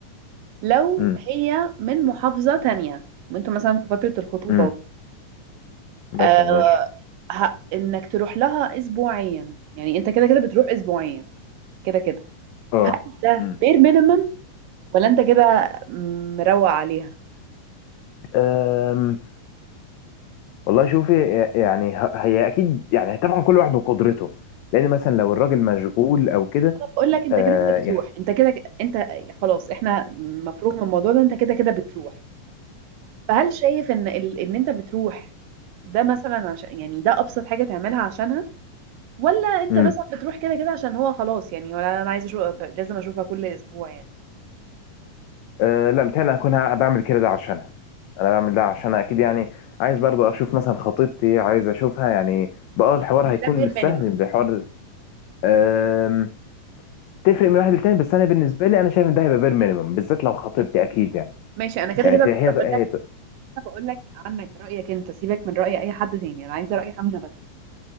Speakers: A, on the right; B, on the left.
A: لو
B: امم
A: هي من محافظه تانية وانتوا مثلا في فتره الخطوبه
B: امم
A: وكده
B: مثلا
A: آه
B: ماشي
A: ه- انك تروح لها اسبوعيا يعني انت كده كده بتروح اسبوعيا كده كده
B: اه
A: ده
B: امم
A: بير مينيمم ولا انت كده مروق عليها
B: أم، والله شوفي يعني ه- هي اكيد يعني طبعا كل واحد وقدرته لان مثلا لو الراجل مشغول او كده
A: انا بقول لك انت
B: آه
A: كده كده بتروح
B: يعني
A: انت كده ك- انت خلاص احنا مفروغ من الموضوع ده انت كده كده بتروح فهل شايف ان ال... ان انت بتروح ده مثلا عشان يعني ده ابسط حاجه تعملها عشانها ولا انت
B: مم.
A: مثلا بتروح كده كده عشان هو خلاص يعني ولا انا عايز اشوف لازم اشوفها كل اسبوع يعني
B: أه لا متهيألي أنا هكون ه- بعمل كده ده عشانها أنا بعمل ده عشانها أكيد يعني عايز برضو أشوف مثلا خطيبتي عايز أشوفها يعني بقى الحوار
A: يعني
B: هيكون
A: ده بير
B: مش سهل
A: مينيمم
B: بحوار أم، تفرق من واحد للتاني بس أنا بالنسبة لي أنا شايف إن ده هيبقى بير مينيمم بالذات لو خطيبتي أكيد يعني
A: ماشي انا كده
B: يعني
A: كده
B: ت- هي
A: بقول انا
B: هي
A: بقول لك عنك رايك انت سيبك من راي اي حد تاني انا عايزه راي حمزه بس